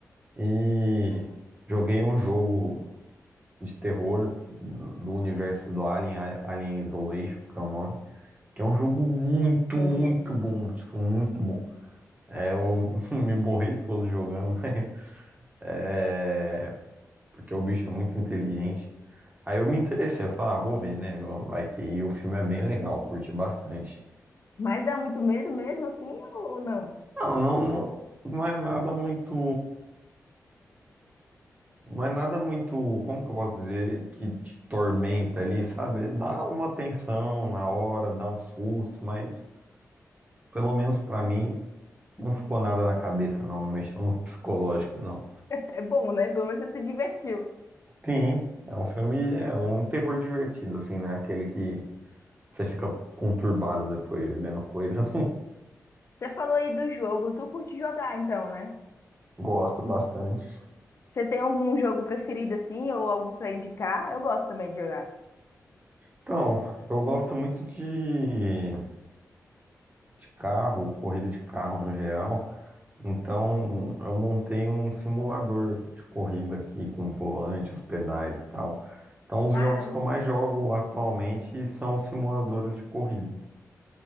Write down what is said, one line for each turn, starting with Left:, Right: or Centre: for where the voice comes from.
Right: E joguei um jogo de terror do universo do Alien, A- Alien Isolation, que é o nome, que é um jogo muito,
Left: Hum,
Right: muito bom, tipo, muito bom. É, eu <laughs> me borrei todo jogando, <laughs> mas é, porque o bicho é muito inteligente. Aí eu me interessei, eu falei, ah, vou ver, né? Vai que e o filme é bem legal, eu curti bastante.
Left: mas dá muito medo mesmo assim ou não?
Right: Não, não, não, não é nada muito, não é nada muito, como que eu posso dizer, que te tormenta ali, sabe? Dá uma tensão na hora, dá um susto, mas pelo menos pra mim não ficou nada na cabeça, não, não mexeu no <laughs> psicológico, não.
Left: É bom, né? Pelo menos você se divertiu.
Right: Sim, é um filme, é um terror divertido, assim, né? Aquele que você fica conturbado depois vendo coisa.
Left: Você falou aí do jogo, tu curte jogar então, né?
Right: Gosto bastante.
Left: Você tem algum jogo preferido assim ou algo pra indicar? Eu gosto também de jogar.
Right: Então, eu gosto muito de, de carro, corrida de carro no geral. Então, eu montei um simulador de corrida aqui com volante, os pedais e tal. Então, os
Left: Caramba.
Right: jogos que eu mais jogo atualmente são simuladores de corrida.